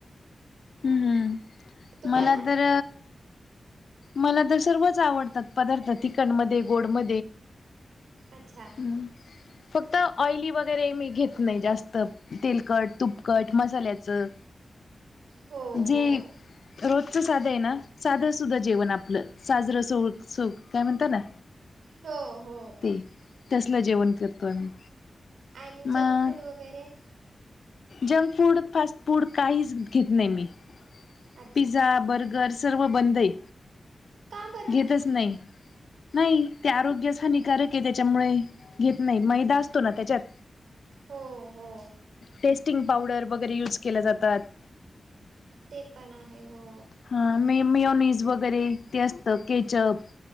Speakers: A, on the left; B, on the right.
A: हम् हम्
B: तुम्हाला
A: मला तर मला तर सर्वच आवडतात पदार्थ चिकन मध्ये गोड म
B: अच्छा
A: हमं फक्त ऑइली वगैरे मी घेत नाही जास्त तेलकट तुपकट मसाल्याचं
B: हो हो
A: जे रोजच साधा आहे ना साधा सुधा जेवण आपलं साजरं स काय म्हणत ना
B: हो हो
A: ते तसलं जेवण करतो आम्ही
B: आणि
A: मग
B: जंक फूड वगैरे
A: जंक फूड फास्ट फूड काहीच घेत नाही मी
B: अच्छा
A: पिझ्झा बर्गर सर्व बंद आहे
B: का बरं
A: घेतच नाही नाही ते आरोग्याच हानिकारक आहे त्याच्यामुळे घेत नाही मैदा असतो ना त्याच्यात
B: हो हो
A: टेस्टिंग पावडर वगैरे युज केल्या जातात
B: ते पण आहे हो
A: हा मेह मी नस ब वगैरे ते असत केचप